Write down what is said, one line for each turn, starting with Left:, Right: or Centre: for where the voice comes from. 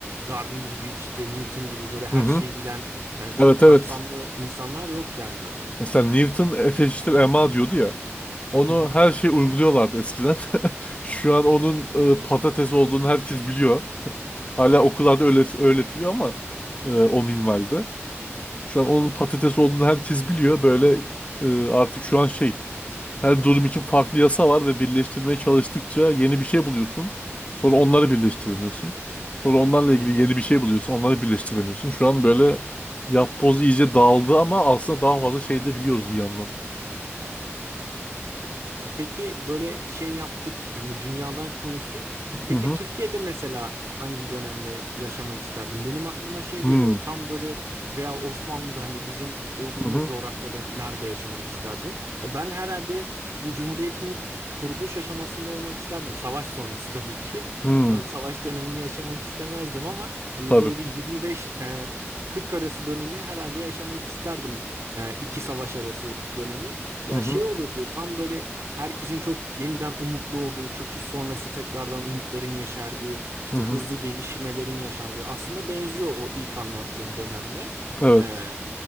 Right: Darwin gibi işte Newton gibi böyle her
Left: Hı hı.
Right: şeyi bilen e, çok
Left: Evet,
Right: kapsamlı
Left: evet.
Right: insanlar yok yani artık.
Left: Mesela Newton F eşittir ma diyordu ya. Onu
Right: Hı hı.
Left: her şey uyguluyorlardı eskiden. <laughs> Şu an onun e, patates olduğunu herkes biliyor. Hala okullarda öyle öğretiliyor ama e, o minvalde. Şu an onun patates olduğunu herkes biliyor. Böyle e, artık şu an şey her durum için farklı yasa var ve birleştirmeye çalıştıkça yeni bir şey buluyorsun. Sonra onları birleştiremiyorsun. Sonra onlarla ilgili
Right: Evet.
Left: yeni bir şey buluyorsun. Onları birleştiremiyorsun. Şu an böyle yapboz iyice dağıldı ama aslında daha fazla şey de biliyoruz bir yandan.
Right: E Peki böyle şey yaptık hani dünyadan konuştuk. E Peki
Left: Hı hı.
Right: Türkiye'de mesela hangi dönemde yaşamak isterdin? Benim aklıma şey
Left: Hı
Right: geliyor tam böyle veya Osmanlı'da hani bizim olduğumuz
Left: hı.
Right: coğrafyada nerede yaşamak isterdin? Ya Ben herhalde bu Cumhuriyet'in ilk kuruluş aşamasında olmak isterdim. Savaş sonrası tabii ki.
Left: Hı.
Right: E, Savaş dönemini yaşamak istemezdim ama hani
Left: Tabii.
Right: böyle bir 25 e, 40 arası dönemi herhalde yaşamak isterdim. E, iki savaş arası dönemi. Ya
Left: Hı hı,
Right: şey olurdu tam böyle herkesin çok yeniden umutlu olduğu, çöküş sonrası tekrardan umutların yeşerdiği, işte
Left: hı hı.
Right: hızlı gelişmelerin yaşandığı aslında benziyor o ilk anlattığım dönemle.
Left: Evet.
Right: Ee, e,